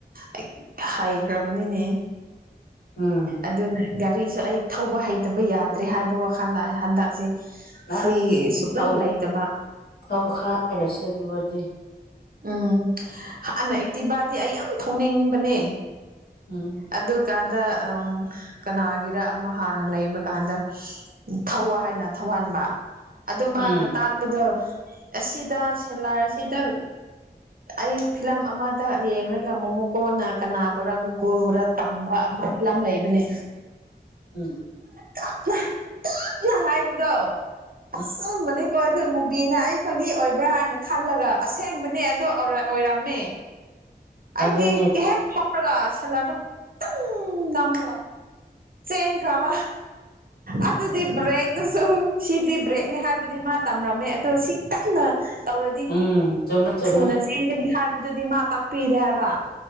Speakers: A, on the right (about 55°); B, on the left (about 65°).
A: ꯑꯩ ꯍꯩ ꯈ꯭ꯔꯥꯕꯅꯤꯅꯦ
B: ꯎꯝ
A: ꯑꯗꯨꯅ ꯒꯥꯔꯤꯁꯨ ꯑꯩ ꯊꯧꯕ ꯍꯩꯇꯕ ꯌꯥꯗ꯭ꯔꯦ ꯍꯥꯏꯕ ꯋꯥꯈꯜ ꯂꯥꯛꯑꯦ ꯍꯟꯗꯛꯁꯦ
B: ꯑꯁ
A: ꯐ꯭ꯔꯤ ꯁꯨꯨꯛ
B: ꯊꯧꯕ
A: ꯂꯩ ꯂꯩꯇꯕ
B: ꯊꯧꯈꯥꯏꯔꯁꯦ ꯑꯗꯨ ꯑꯣꯏꯔꯗꯤ
A: ꯎꯝ ꯍꯥꯟꯅ ꯑꯦꯛꯇꯤꯕꯥꯗꯤ ꯑꯩ ꯌꯥꯝ ꯊꯧꯅꯤꯡꯕꯅꯦ
B: ꯎꯝ
A: ꯑꯗꯨꯒ ꯀꯥꯟꯗ ꯎꯝ ꯀꯅꯥꯒꯤꯔ ꯑꯃ ꯍꯥꯟꯅ ꯂꯩꯕ ꯀꯥꯟꯗ ꯊꯧꯑꯣ ꯍꯥꯏꯅ ꯊꯧꯍꯟꯕ ꯑꯗꯨ ꯃꯥꯅ
B: ꯎꯝ
A: ꯇꯥꯛꯄꯗꯣ ꯑꯁꯤꯗ ꯁꯦꯂꯥꯔ ꯑꯁꯤꯗ ꯑꯩ ꯐꯤꯂꯝ ꯑꯃꯗ ꯌꯦꯡꯉꯒ ꯃꯣꯃꯣꯀꯣꯅ ꯀꯅꯥꯕꯨꯔꯥ ꯒꯣꯀꯨꯜ ꯕꯨꯔꯥ ꯇꯝꯕ ꯑꯃ ꯐꯤꯂꯝ ꯂꯩꯕꯅꯦ
B: ꯎꯝ
A: ꯇꯞꯅ ꯇꯞꯅ ꯍꯥꯏꯕꯗꯣ ꯑꯆꯨꯝꯕꯅꯤ
B: ꯎꯝ
A: ꯀꯣ ꯑꯗꯨ ꯃꯨꯕꯤꯅ ꯑꯩ ꯐꯒꯤ ꯑꯣꯏꯕ꯭ꯔꯥ ꯍꯥꯏꯅ ꯈꯜꯂꯒ ꯑꯁ ꯑꯁꯦꯡꯕꯅꯦ ꯑꯗꯣ ꯑꯣꯔꯥ ꯑꯣꯏꯔꯝꯃꯦ ꯑꯩꯗꯤ
B: ꯑꯗꯨꯅꯦ
A: ꯍꯦꯛ ꯊꯝꯔꯒ ꯁꯦꯂꯔꯗ ꯇꯪ ꯅꯝꯕꯒ ꯆꯦꯟꯈ꯭ꯔꯕ ꯑꯗꯨꯗꯤ ꯕ꯭ꯔꯦꯛꯇꯨꯁꯨ ꯁꯤꯗꯤ ꯕ꯭ꯔꯦꯛꯅꯤ ꯍꯥꯏꯕꯗꯤ ꯃꯥ ꯇꯝꯔꯝꯃꯦ ꯑꯗꯨ ꯁꯤ ꯀꯟꯅ ꯇꯧꯔꯗꯤ
B: ꯎꯝ ꯆꯨꯝꯃꯦ ꯆꯨꯝꯃꯦ
A: ꯊꯨꯅ ꯆꯦꯟꯒꯅꯤ ꯍꯥꯏꯕꯗꯨꯗꯤ ꯃꯥ ꯇꯥꯛꯄꯤꯗꯦ ꯍꯥꯏꯕ